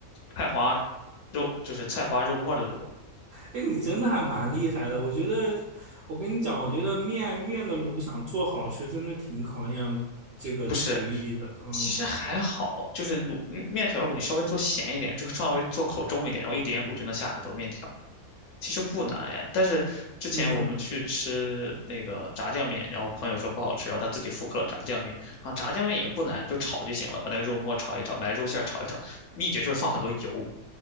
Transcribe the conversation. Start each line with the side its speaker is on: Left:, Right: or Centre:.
Left: 菜花肉，就是菜花肉末的卤，
Right: 哎，你真的还蛮厉害的。我觉得，我跟你讲，我觉得面面的卤想做好吃，真的挺考验这个厨艺的。
Left: 不是，
Right: 嗯
Left: 其实还好，就是卤面条卤，你稍微做咸一点，就稍微做口重一点，然后一点卤就能下很多面条。其实不难哎，但是之前我们去吃那个炸酱面，
Right: 嗯，
Left: 然后朋友说不好吃，然后他自己复刻了炸酱面啊，炸酱面也不难，你就炒就行了，把那个肉末炒一炒，买肉馅儿炒一炒，秘诀就是放很多油，